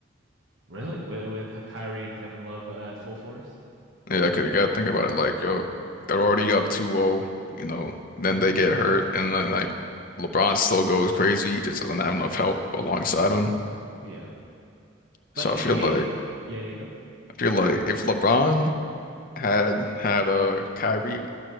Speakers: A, on the right; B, on the left.
A: Really? With, with Kyrie and Kevin Love at full force?
B: Yeah, 'cause you gotta think about it. Like, yo, they're already up two zero. You know, then
A: hmm
B: they get hurt, and then like LeBron still goes crazy. He just doesn't have enough help alongside him.
A: Yeah.
B: So
A: Like they
B: I feel
A: gave,
B: like
A: yeah, yeah, go.
B: I feel like if LeBron had had uh Kyrie